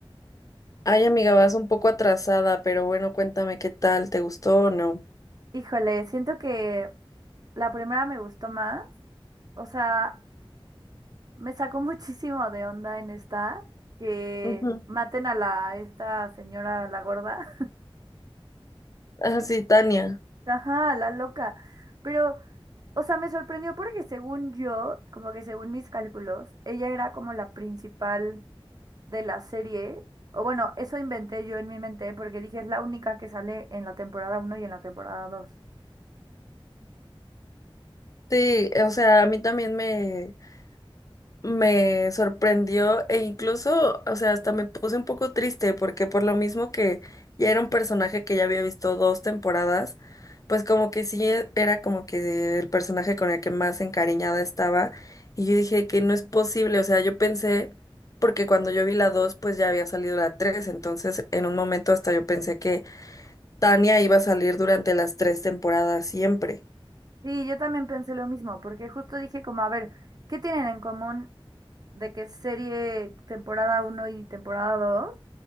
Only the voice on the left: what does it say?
Ay, amiga, vas un poco atrasada, pero bueno, cuéntame qué tal, ¿te gustó o no?
Ujú.
Ah, sí, Tania.
Sí, o sea, a mí también me, me sorprendió e incluso, o sea, hasta me puse un poco triste porque por lo mismo que ya era un personaje que ya había visto dos temporadas, pues como que sí e- era como que el personaje con el que más encariñada estaba y yo dije que no es posible, o sea, yo pensé, porque cuando yo vi la dos, pues ya había salido la tres, entonces en un momento hasta yo pensé que Tania iba a salir durante las tres temporadas siempre.